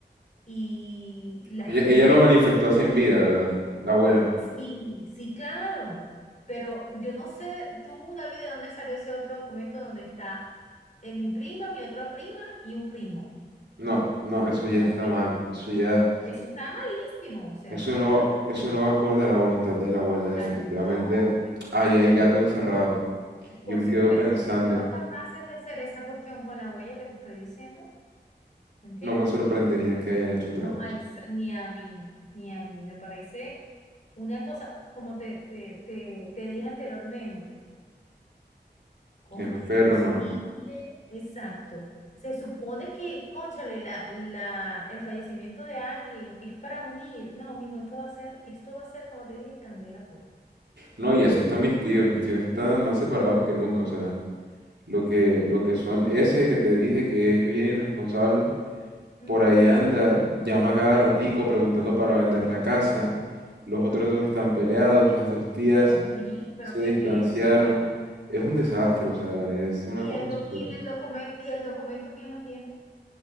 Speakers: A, on the left (about 45°); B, on the right (about 80°).
A: Y las
B: Ella,
A: nietas,
B: ella lo manifestó así en vida, ¿verdad? La abuela.
A: sí, sí, claro. Pero yo no sé, tú, David, ¿de dónde salió ese otro documento donde está eh, mi prima, mi otra prima y un primo?
B: No, no, eso ya
A: No
B: está
A: sé.
B: mal. Eso ya...
A: Eso está malísimo, o sea,
B: Eso
A: eso está
B: no,
A: malísimo.
B: eso no va acorde a la voluntad de la abuela, definitivamente.
A: Claro que no, exacto.
B: Ahí hay gato encerrado. Yo
A: Por
B: me
A: supuesto,
B: quedo pensando,
A: si fueron capaces de hacer esa cuestión con la huella que te estoy diciendo, ¿me entiendes?
B: no me sorprendería que hayan hecho otra
A: No,
B: cosa.
A: a ex- ni a mí, ni a mí, me parece una cosa, como te, te, te, te dije anteriormente, ¿cómo
B: Enferma.
A: es posible? Exacto. Se supone que, cónchale, la, la, el fallecimiento de alguien es para unir. No, mijo, esto va a ser, esto va a ser, como te dije, candela pura.
B: No, y así
A: Y
B: están mis tíos. Mis tíos están más separados que nunca. O sea, lo que, lo que son ese que te dije que es bien irresponsable,
A: Ujú.
B: por ahí anda, llama cada ratico preguntando para vender la casa. Los otros dos están peleados, las dos tías
A: Dios mío, pero
B: se
A: ¿qué
B: distanciaron.
A: es eso?
B: Es un desastre, o sea, es una
A: ¿Y
B: cosa
A: el doc-
B: súper...
A: y en el documento, y el documento quién lo tiene?